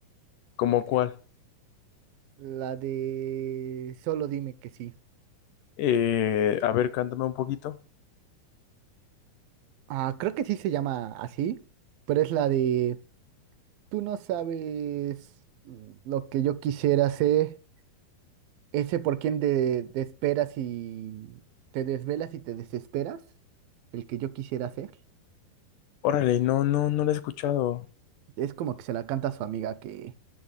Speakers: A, on the left; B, on the right.
A: ¿Cómo cuál?
B: La de Solo dime que sí.
A: Eh, a ver, cántame un poquito.
B: Ah, creo que sí se llama así. Pero es la de Tú no sabes lo que yo quisiera hacer. Ese por quien te, te esperas y te desvelas y te desesperas. El que yo quisiera hacer.
A: Órale, no, no, no la he escuchado.
B: Es como que se la canta a su amiga que